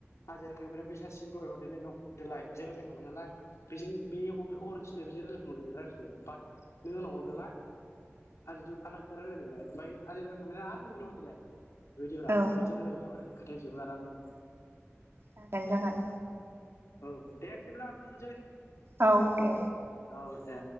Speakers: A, on the left; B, on the right.
A: आजों रायलायखांबायना बै सासिजों दहाय हरदेरनायनाव हरदोलाय बिजों रायलायखांबाय नालाय बेजों बे ह' बेखौ हरनो थिनदो बेजों रायलायखांदो रायलायदो ओमफाय नों आंनाव हरदोलाय आजों दुर आलाखोथा रायलायलायबाय ओमफाय आजो रायलायखांबायना आरो नों बिनाव हरदोलाय बिबायदिब्रा
B: औ
A: बिदि रायलायबाय थाबानो खोथाया जोबो आरामनो
B: जागोन जागोन
A: औ दे बिदिब्ला दोन्थ'नोसै
B: औ दे।
A: औ दे।